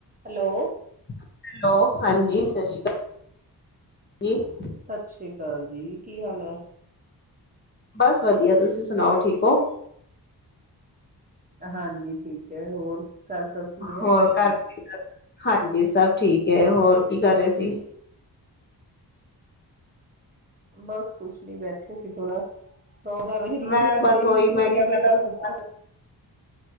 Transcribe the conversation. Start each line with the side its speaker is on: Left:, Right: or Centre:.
Right: Hello?
Left: Hello ਹਾਂਜੀ। ਸਤਿ ਸ਼੍ਰੀ ਅਕਾਲ।
Right: ਸਤਿ ਸ੍ਰੀ ਅਕਾਲ ਜੀ ਕੀ ਹਾਲ ਹੈ।
Left: ਬਸ ਵਧੀਆ ਤੁਸੀਂ ਸੁਣਾਓ ਠੀਕ ਹੋ।
Right: ਹਾਂਜੀ, ਠੀਕ ਹੈ ਹੋਰ। ਘਰ ਸਭ ਕਿਵੇਂ ਹੈ?
Left: ਹੋਰ ਘਰ ਹਾਂਜੀ ਸਭ ਠੀਕ ਹੈ। ਹੋਰ ਕੀ ਕਰ ਰਹੇ ਸੀ?
Right: ਬਸ ਕੁੱਛ ਨੀ ਬੈਠਿਆ ਸੀ, ਥੋੜਾ। ਉਹ ਕਰ ਰੀਗ
Left: ਮੈਂ
Right: ਕਰ
Left: ਬਸ
Right: ਦੇਵ
Left: ਉਹੀ ਮੈਂ
Right: ਥੋੜੀ
Left: ਕਿਹਾ
Right: ਬੇਟਾ
Left: ਮੈਂ ਤੁਹਾਨੂੰ
Right: ਸੁਤਾ।